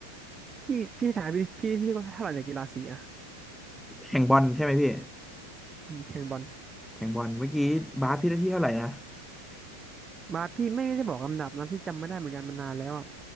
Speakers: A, on the right; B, in the centre.
A: พี่พี่ถามพี่พี่ที่ว่าเท่าไหร่ในกีฬาสีอ่ะ
B: แข่งบอลใช่ไหมพี่
A: อืมแข่งบอล
B: แข่งบอลเมื่อกี้บาสพี่ได้ที่เท่าไหร่นะ
A: บาสพี่ไม่ไม่ได้บอกลำดับนะพี่จำไม่ได้เหมือนกันมันนานแล้วอ่ะ